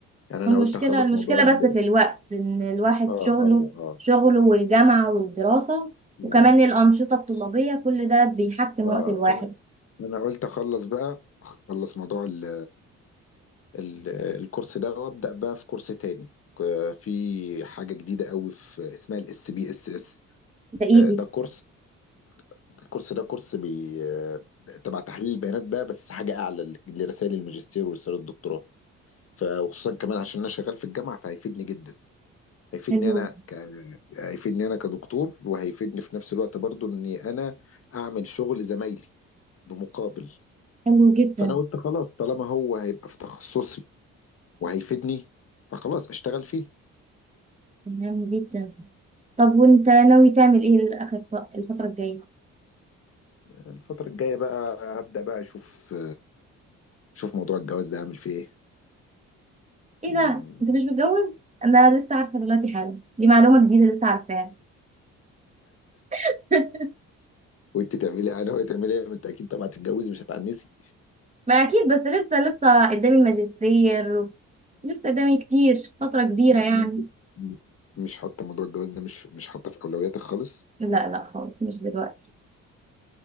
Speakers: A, on the left (about 50°); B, on the right (about 25°).
A: يعني انا
B: المشكلة
A: قلت اخلص
B: المشكلة
A: موضوع ال
B: بس في الوقت إن الواحد
A: اه
B: شغله
A: اه اه
B: شغله والجامعة والدراسة
A: اه
B: وكمان الأنشطة الطلابية كل ده بيحكم
A: آه.
B: وقت الواحد
A: فأنا- انا قلت اخلص بقى اخلص موضوع ال ال الكورس ده وابدا بقى في كورس تاني ك- في حاجة جديدة قوي في اسمها الاس بي اس اس
B: ده إيدي
A: ده كورس الكورس ده كورس بي... تبع تحليل البيانات بقى بس حاجة أعلى ل- لرسائل الماجستير ورسائل الدكتوراه ف- وخصوصا كمان عشان أنا شغال في الجامعة فهيفيدني جدا هيفيدني
B: حلو
A: أنا ك... هيفيدني أنا كدكتور وهيفيدني في نفس الوقت برضو إني أنا أعمل شغل زمايلي بمقابل
B: حلو جدا
A: فأنا قلت خلاص طالما هو هيبقى في تخصصي وهيفيدني فخلاص أشتغل فيه
B: تمام جدا طب وأنت ناوي تعمل إيه الآخر ف- الفترة الجاية؟
A: الفترة الجاية بقى هبدأ بقى أشوف أشوف موضوع الجواز ده أعمل فيه
B: إيه
A: إيه
B: ده؟ أنت مش متجوز؟ أنا لسه عارفة دلوقتي حالا دي معلومة جديدة لسه عارفاها <laughs>
A: وانت تعملي يعني هو تعملي ايه ما انت اكيد طبعا هتتجوزي مش هتعنسي
B: ما أكيد بس لسه لسه قدامي الماجستير لسه قدامي كتير فترة كبيرة
A: يعني
B: يعني
A: انت مش حاطه موضوع الجواز ده مش مش حاطه في اولوياتك خالص
B: لا لا خالص مش دلوقتي